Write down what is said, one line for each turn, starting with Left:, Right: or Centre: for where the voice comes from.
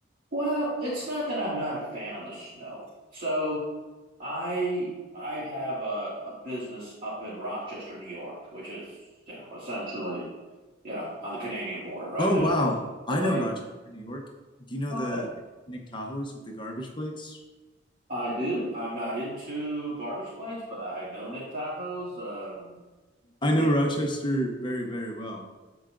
Right: Well, it's not that I'm not a fan of the snow. So I I have a, a business up in Rochester, New York, which is, you know, essentially, you know, on the Canadian border, right?
Left: Oh
Right: There's
Left: wow. I
Right: the lake.
Left: know Rochester, New York. Do you know
Right: Okay.
Left: the, the Nick Tahoes with the garbage plates?
Right: I do. I'm not into garbage plates, but I know Nick Tahoe's. Um,
Left: I know
Right: yeah.
Left: Rochester very, very well.